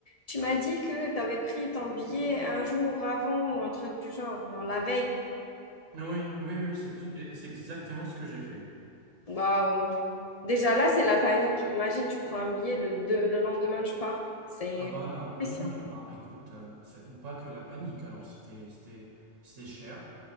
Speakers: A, on the left; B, on the right.
A: tu m'as dit que t'avais pris ton billet un jour avant ou un truc du genre, genre la veille.
B: Oui, oui, oui, oui, c'est tout, et c'est exactement ce que j'ai fait.
A: Waouh. Déjà là, c'est la panique. Imagine, tu prends un billet, le, deux- le lendemain, tu pars. C'est...
B: Ah, voilà,
A: Pression.
B: oui, oui, ah ben, écoute, euh, c'est pas que la panique, alors c'était, c'était, c'était cher.